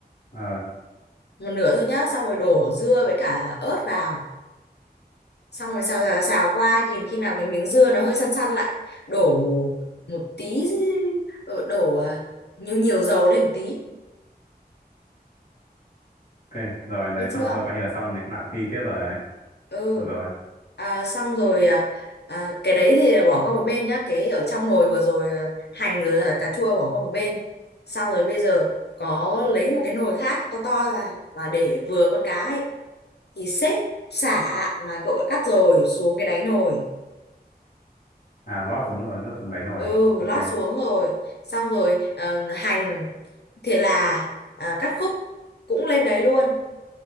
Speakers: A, on the left; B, on the left.
A: Ờ,
B: một nửa thôi nhá xong rồi đổ dưa với cả ớt vào xong rồi xào xào, xào qua nhìn khi nào cái miếng dưa nó hơi săn săn lại đổ một tí ờ, đổ à, nhiều nhiều dầu lên một tí
A: ok, rồi đấy
B: biết
A: xong
B: chưa
A: thôi, coi như là xong này cũng lãng phí phết rồi đấy.
B: ừ
A: Được rồi.
B: à, xong rồi à, à, cái đấy thì bỏ qua một bên nhá cái ở trong nồi vừa rồi à, hành rồi là cà chua bỏ qua một bên xong rồi bây giờ có lấy một cái nồi khác to to ra và để vừa con cá ấy thì xếp sả mà cậu đã cắt rồi xuống cái đáy nồi
A: À lót xuống nồi, lót xuống đấy nồi,
B: ừ
A: Ok.
B: lót xuống rồi xong rồi ờ, hành thì là à, cắt khúc cũng lên đấy luôn